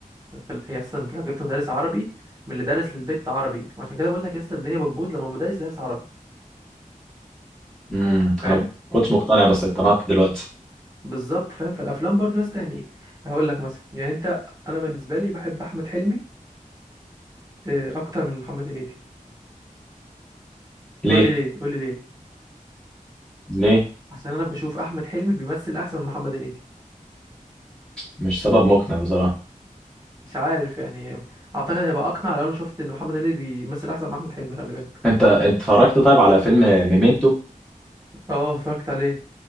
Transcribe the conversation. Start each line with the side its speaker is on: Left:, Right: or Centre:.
Right: في ال- يا اسطى انت لو جبت مدرس عربي من اللي دارس للبيت عربي عشان كده بقول لك يا اسطى الدنيا بتبوظ لما مدرس دارس عربي
Centre: امم
Right: فاهم
Centre: انا ما كنتش مقتنع بس اقتنعت دلوقتي
Right: بالظبط فاهم في الافلام برضه يا اسطى يعني هقول لك مثلا يعني انت انا بالنسبه لي بحب احمد حلمي آه، اكتر من محمد هنيدي
Centre: ليه
Right: قول لي ليه قول لي ليه
Centre: ليه
Right: عشان انا بشوف احمد حلمي بيمثل احسن من محمد هنيدي
Centre: مش سبب مقنع بصراحه
Right: مش عارف يعني اعتقد هيبقى اقنع لو انا شفت ان محمد هنيدي بيمثل احسن من احمد حلمي خلي بالك
Centre: انت انت اتفرجت طيب على فيلم ميمنتو
Right: اه اتفرجت عليه